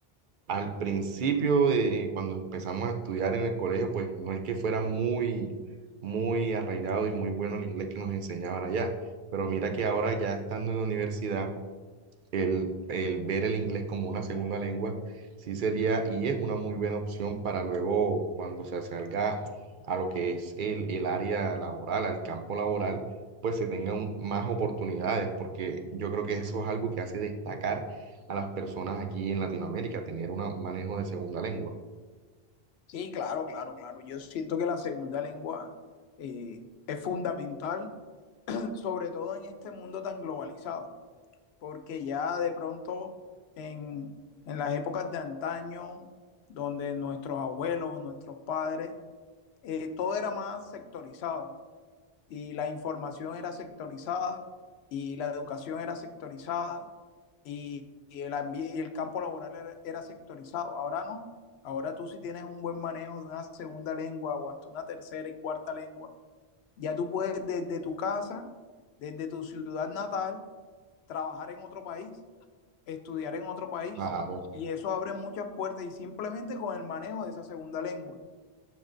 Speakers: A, on the right (about 60°); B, on the left (about 85°).
A: al principio, de cuando empezamos a estudiar en el colegio, pues no es que fuera muy, muy arraigado y muy bueno el inglés que nos enseñaban allá, pero mira que ahora ya estando en la universidad, el, el ver el inglés como una segunda lengua, sí sería y es una muy buena opción para luego cuando se salga a lo que es el, el área laboral, al campo laboral, pues se tengan un- más oportunidades, porque yo creo que eso es algo que hace destacar a las personas aquí en Latinoamérica, tener un manejo de segunda lengua.
B: Sí, claro, claro, claro. Yo siento que la segunda lengua eh, es fundamental, <clears throat> sobre todo en este mundo tan globalizado, porque ya de pronto en, en las épocas de antaño, donde nuestros abuelos o nuestros padres, eh, todo era más sectorizado y la información era sectorizada y la educación era sectorizada y, y el, ambi- y el campo laboral era, era sectorizado. Ahora no. Ahora tú si tienes un buen manejo de una segunda lengua o hasta una tercera y cuarta lengua, ya tú puedes desde tu casa, desde tu ciudad natal, trabajar en otro país, estudiar en otro país.
A: Claro,
B: Y eso abre muchas puertas y simplemente con el manejo de esa segunda lengua.